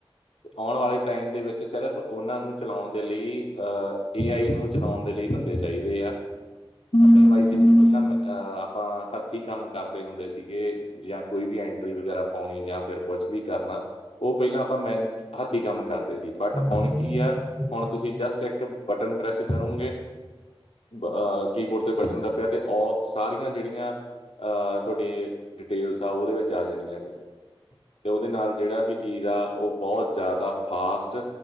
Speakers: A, on the left; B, on the left.
A: ਆਉਣ ਵਾਲੇ ਟਾਈਮ ਦੇ ਵਿੱਚ ਸਿਰਫ ਉਹਨਾਂ ਨੂੰ ਚਲਾਉਣ ਦੇ ਲਈ ਅਹ ''ਏ ਆਈ' ਨੂੰ ਚਲਾਉਣ ਦੇ ਲਈ ਬੰਦੇ ਚਾਹੀਦੇ ਆ। ਹੂੰ ਜ ਪਹਿਲਾਂ ਅਹ ਆਪਾਂ ਹੱਥੀਂ ਕੰਮ ਕਰਦੇ ਹੁੰਦੇ ਸੀਗੇ, ਜਾਂ ਕੋਈ ਵੀ ਐਂਟਰੀ ਵਗੈਰਾ ਪਾਉਣੀ ਜਾਂ ਫਿਰ ਕੁਛ ਵੀ ਕਰਨਾ ਉਹ ਪਹਿਲਾਂ ਆਪਾਂ ''ਮੈ ਹੱਥੀਂ ਕੰਮ ਕਰਦੇ ਸੀ। ਬਟ
B: ਹਾਂਜੀ
A: ਹੁਣ
B: ਮੈਨੂੰ
A: ਕੀ
B: ਵੀ
A: ਆ,
B: ਕਰਦੇ ਸੀ
A: ਹੁਣ ਤੁਸੀਂ ਜਸਟ ਇੱਕ 'ਬਟਨ ਪ੍ਰੈਸ ਕਰੋਂਗੇ ਅਹ ਕੀਬੋਰਡ ਤੇ ਬਟਨ ਦੱਬਿਆ ਤੇ, ਓ ਸਾਰੀਆਂ ਜਿਹੜੀਆਂ ਅਹ ਤੁਹਾਡੇ ਡਿਟੇਲਸ ਆ ਉਹਦੇ ਵਿੱਚ ਆ ਜਾਣੀਆਂ ਨੇ। ਤੇ, ਉਹਦੇ ਨਾਲ ਜਿਹੜਾ ਵੀ ਚੀਜ਼ ਆ, ਉਹ ਬਹੁਤ ਜ਼ਿਆਦਾ ਫਾਸਟ